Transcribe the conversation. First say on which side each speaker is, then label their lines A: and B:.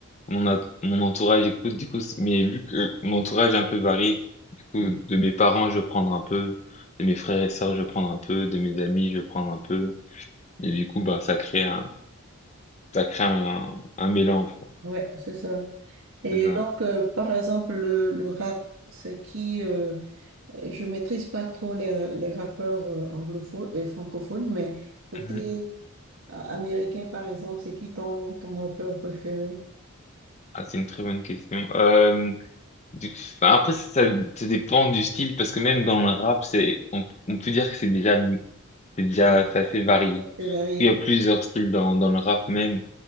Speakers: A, on the left; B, on the right.
A: mon at- mon entourage écoute du coup, c'est- mais vu que mon entourage est un peu varié, du coup,
B: Mhm.
A: de mes parents, je vais prendre un peu, de mes frères et sœurs, je vais prendre un peu, de mes amis, je vais prendre un peu. Et du coup, bah, ça crée un, ça crée un, un mélange.
B: Ouais, c'est ça. Et
A: C'est ça.
B: donc, euh, par exemple, le, le rap, ce qui, euh, euh, je maîtrise pas trop les, les rappeurs euh, anglophones et francophones, mais côté
A: Mhm.
B: euh, américain, par exemple, c'est qui ton, ton rappeur préféré?
A: Ah, c'est une très bonne question. Euh, Du- bah, après, ça, ça dépend du style, parce que même dans le rap, c'est, on, on peut dire que c'est déjà, c'est déjà,
B: Mhm.
A: c'est assez varié.
B: C'est varié.
A: Il y a
B: ouais.
A: plusieurs styles dans, dans le rap même.